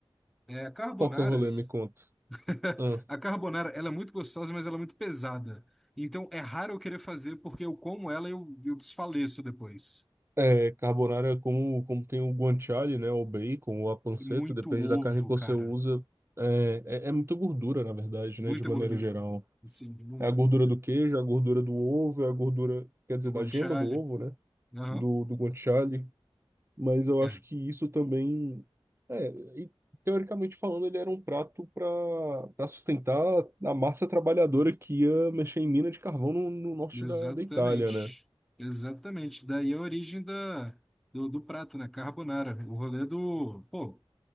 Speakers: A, in the centre; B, on the right.
A: É, a carbonaras,
B: qual que é o rolê? Me conta.
A: <laughs>
B: Ah,
A: a carbonara, ela é muito gostosa, mas ela é muito pesada. Então, é raro eu querer fazer porque eu como ela e eu, eu desfaleço depois.
B: é, carbonara, é como, como tem o guanciale, né? O bacon, o a panceta,
A: E muito
B: depende
A: ovo,
B: da carne que você
A: cara.
B: usa. É, é, é muita gordura, na verdade,
A: Muita
B: né? De maneira
A: gordura.
B: geral.
A: Sim, muita,
B: É a gordura
A: muita.
B: do queijo, é a gordura do ovo, é a gordura, quer dizer,
A: Do guanciale.
B: da gema do ovo, né?
A: Aham.
B: Do, do guanciale. Mas eu
A: É.
B: acho que isso também. É, e, teoricamente falando, ele era um prato para para sustentar a massa trabalhadora que ia mexer em mina de carvão no, no norte
A: Exatamente.
B: da, da Itália, né?
A: Exatamente. Daí é a origem da, do, do prato, né? Carbonara. O rolê do... Pô,